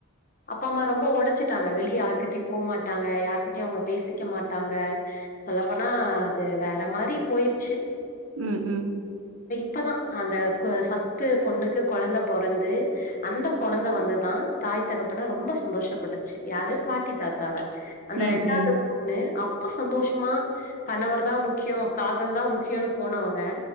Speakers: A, on the left (about 40°); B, on the right (about 80°).
A: அப்பா அம்மா ரொம்ப உடைஞ்சட்டாங்க வெளியே யார்கிட்டயு போமாட்டாங்க யாருகிட்டயு அவுங்க பேசிக்க மாட்டாங்க சொல்லப்போனா அது வேற மாரி போயிருச்சு
B: உ உ
A: அப்பதா அந்த ஃபர்ஸ்ட்ட் பொண்ணுக்கு குழந்த பொறந்து அந்த குழந்த வந்துதா தாய் தகப்பன ரொம்ப சந்தோஷப்பட்டுச்சு யாரு பாட்டி தாத்தாவ அந்த
B: ம்
A: ரெண்டாவது
B: ம்
A: ன்னு அப்ப சந்தோஷமா கணவர் தா முக்கியோ காதல் தா முக்கியம்னு போனவங்க